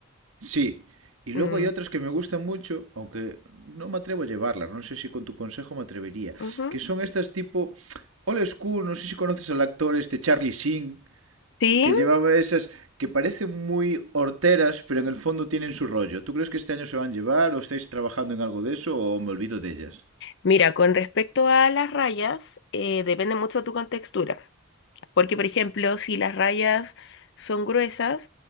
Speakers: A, on the right; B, on the left.
A: Sí, y luego
B: Mm,
A: hay otras que me gustan mucho, aunque no me atrevo a llevarlas, no sé si con tu consejo me atrevería,
B: ujú.
A: que son estas tipo old school, no sé si conoces al actor este Charlie Sheen,
B: Sí,
A: que llevaba esas que parecen muy horteras, pero en el fondo tienen su rollo. ¿Tú crees que este año se van a llevar o estáis trabajando en algo de eso o me olvido de ellas?
B: mira, con respecto a las rayas, eh, depende mucho de tu contextura. Porque, por ejemplo, si las rayas son gruesas